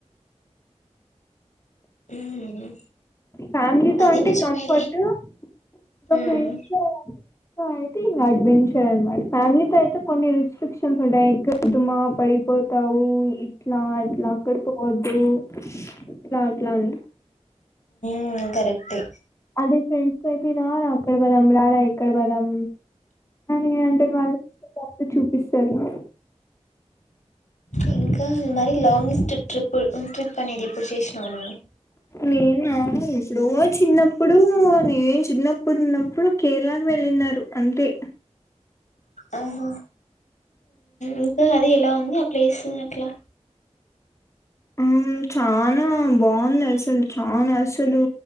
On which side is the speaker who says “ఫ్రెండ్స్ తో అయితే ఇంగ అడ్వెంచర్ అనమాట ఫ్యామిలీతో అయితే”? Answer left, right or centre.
Left